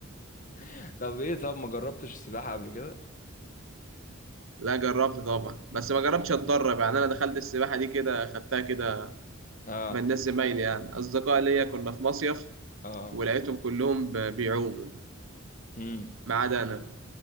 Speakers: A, on the left; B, on the right.
A: <laughs> طب ايه طب ما جربتش السباحة قبل كده
B: لا جربت طبعا بس ما جربتش اتدرب يعني انا دخلت السباحه دي كده خدتها كده
A: اه
B: من ناس زمايلي يعني اصدقاء ليا كنا في مصيف
A: اه
B: ولقيتهم كلهم ب- بيعوموا
A: امم
B: ما عدا انا